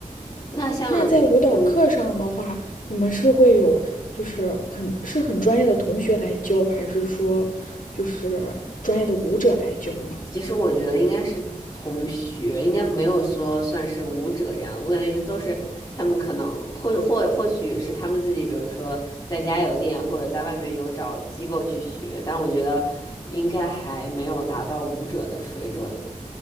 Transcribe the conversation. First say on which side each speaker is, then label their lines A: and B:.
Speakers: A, on the left; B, on the left.
A: 那像，
B: 那在舞蹈课上的话，
A: 嗯，
B: 你们是会有就是很是很专业的同学来教，还是说就是专业的舞者来教呢？
A: 其实我觉得应该是同学，应该没有说算是舞者这样我感觉都是他们可能或或或许是他们自己，比如说在家有练，或者在外面有找机构去学。但我觉得应该还没有达到舞者的水准。